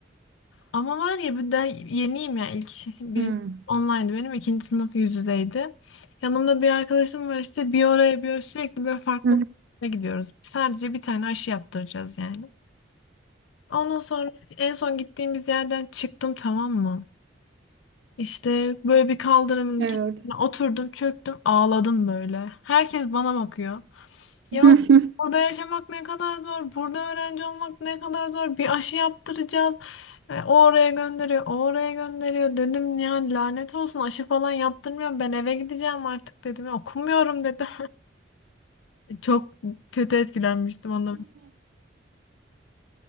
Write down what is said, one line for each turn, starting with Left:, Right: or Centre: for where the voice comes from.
Left: Ama var ya bir de yeniyim ya. İlk birinci
Right: hı
Left: online'dı benim. ikinci sınıf yüz yüzeydi. Yanımda bir arkadaşım var işte bir oraya bir oraya sürekli böyle farklı
Right: hı.
Left: gruplara gidiyoruz. Sadece bir tane aşı yaptıracağız yani. Ondan sonra en son gittiğimiz yerden çıktım tamam mı? İşte böyle bir kaldırımın
Right: Evet.
Left: kenarına oturdum çöktüm ağladım böyle. Herkes bana bakıyor. Ya
Right: <laughs>
Left: burada yaşamak ne kadar zor, burada öğrenci olmak ne kadar zor. Bir aşı yaptıracağız. E, o oraya gönderiyor, o oraya gönderiyor. Dedim ya lanet olsun aşı falan yaptırmıyor. Ben eve gideceğim artık dedim. Ya, okumuyorum dedim. <laughs> Çok kötü etkilenmiştim ondan.